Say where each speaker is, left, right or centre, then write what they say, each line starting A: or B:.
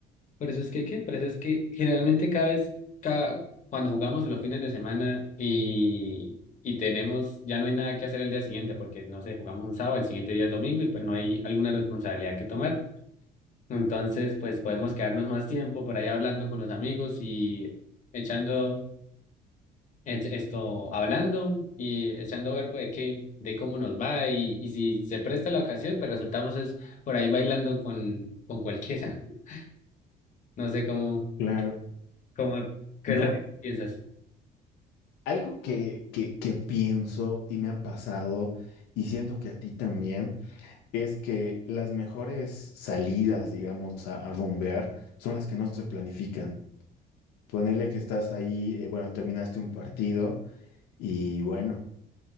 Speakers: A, on the left (about 45°); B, on the left (about 85°).
A: por eso es que, ¿qué? Por eso es que generalmente cada vez, ca- cuando jugamos los fines de semana y, y tenemos, ya no hay nada que hacer el día siguiente, porque no sé, jugamos un sábado, el siguiente día es domingo y pues no hay alguna responsabilidad que tomar. Entonces, pues podemos quedarnos más tiempo por ahí hablando con los amigos y echando ech- esto, hablando y echando verbo de qué, de cómo nos va y, y si se presta la ocasión, pues resultamos es por ahí bailando con, con cualquiera. <laughs> No sé cómo,
B: Claro.
A: cómo, qué
B: No,
A: es lo que piensas.
B: algo que, que, que pienso y me ha pasado, y siento que a ti también, es que las mejores salidas, digamos, a, a rumbear son las que no se planifican. Ponele que estás ahí, eh, bueno, terminaste un partido y bueno.